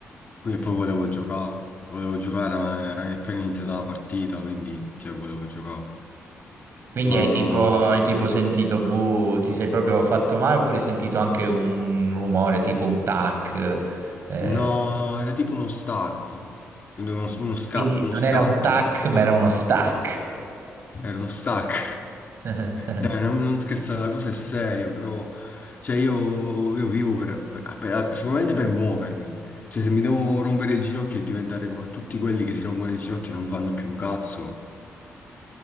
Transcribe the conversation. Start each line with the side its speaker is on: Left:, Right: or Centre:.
Left: Quindi poi volevo giocare, volevo giocare, ma era appena iniziata la partita, quindi, cioè, volevo giocare.
Right: Quindi
Left: Ma,
Right: hai tipo, hai tipo sentito, buh, ti sei proprio fatto male oppure hai sentito anche un rumore tipo un tac? eh.
Left: no, no, era tipo uno stacco, uno, uno sca-
Right: Quindi
Left: uno
Right: non
Left: scatto,
Right: era un tac, ma era uno stack.
Left: era uno stacco.
Right: <clears throat>
Left: Dai, non, non scherzare, la cosa è seria, bro. Cioè, io, io vivo per, per- ah, per- ah, sicuramente per muovermi. Cioè, se mi devo rompere il ginocchio e diventare come tutti quelli che si rompono il ginocchio e non fanno più un cazzo,